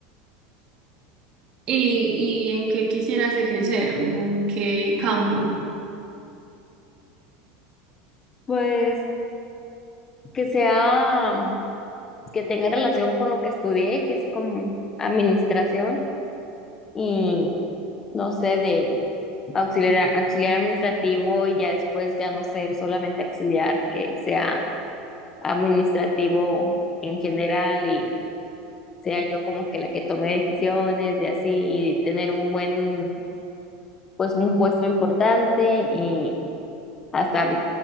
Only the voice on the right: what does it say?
¿Y, y en qué quisieras ejercer? ¿En qué campo?